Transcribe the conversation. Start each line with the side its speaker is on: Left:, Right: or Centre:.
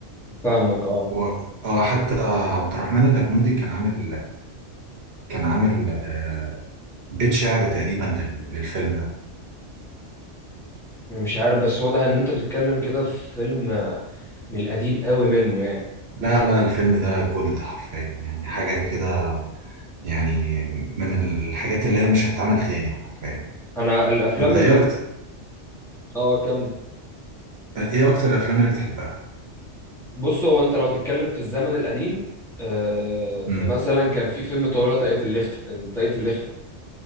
Centre: فاهمك اه
Right: و... اه حتى عبد الرحمن الأبنودي كان عامل كان عامل آه، بيت شعر تقريبا لل- للفيلم ده
Centre: أنا مش عارف بس واضح ان انت بتتكلم كده في فيلم آه، من القديم قوي منه يعني
Right: لا لا الفيلم ده جولد حرفيا يعني حاجة كده يعني من الحاجات اللي هي مش هتتعمل تاني حرفيا
Centre: انا الافلام
Right: انت
Centre: اللي
Right: ايه اكتر
Centre: اه آه، كمل
Right: ايه اكتر الافلام اللي بتحبها
Centre: بص هو انت لو هتتكلم في الزمن القديم آه فمثلا
Right: امم
Centre: كان في فيلم طويلة طريقة اللخف طريقة اللخفة